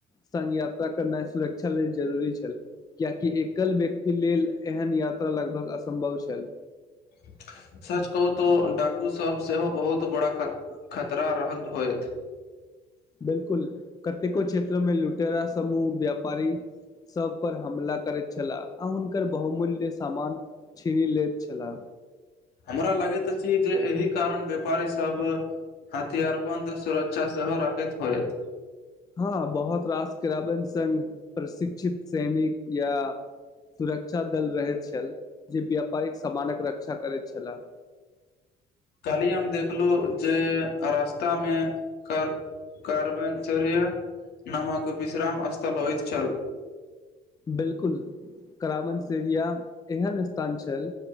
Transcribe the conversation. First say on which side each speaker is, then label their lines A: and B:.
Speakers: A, on the left; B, on the left.
A: संग यात्रा करनाई सुरक्षा लेल जरूरी छल कियकि एकल व्यक्ति लेल एहन या त्रा लगभग असम्भव छल।
B: <inaudible> सच कहू तो डाकू सब सेहो बहुत बड़ा ख खतरा रहल होयत। <inaudible>
A: बिलकुल कतेको क्षेत्रमें लुटेरा समूह व्यापारी सभ पर हमला करैत छलाह, आ हुनकर बहुमूल्य सामान छीनि लैत छलाह।
B: हमरा लगैत अछि जे एहि कारण व्यापारीसभ। हथियारबंद सुरक्षा सेहो राखैत होयत।
A: हँ बहुत रास क्राइबन संघ, प्रशिक्षित सैनिक या। सुरक्षा दल रहैत छल, जे व्यापारिक सामानक रक्षा करैत छलाह।
B: खाली हम देखलहु जे रास्ता में कर। कार्बनचरिया नामक विश्राम स्थल होइत छल।
A: बिल्कुल, कराबनसरिया एहन स्थान छल।